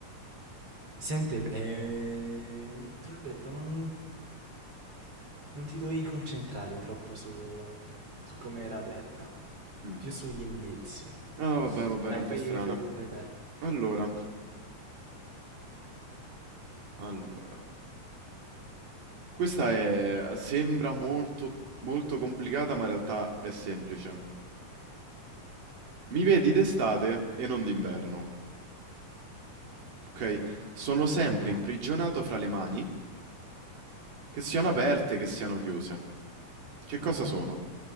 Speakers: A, on the right; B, on the right.
A: Senti, eh, ti ho detto, non... Non ti dovevi concentrare troppo su, su come era detta,
B: Mm.
A: più sugli indizi.
B: Ah, vabbè, vabbè,
A: Dai,
B: era un
A: fai,
B: po' strana.
A: fai te. Fai te.
B: Allora, allora. Questa è, sembra molto, molto complicata, ma in realtà è semplice. Mi vedi d'estate e non d'inverno, ok? Sono sempre
A: Mhm,
B: imprigionato fra le mani, che siano aperte, che siano chiuse. Che cosa
A: mhm.
B: sono?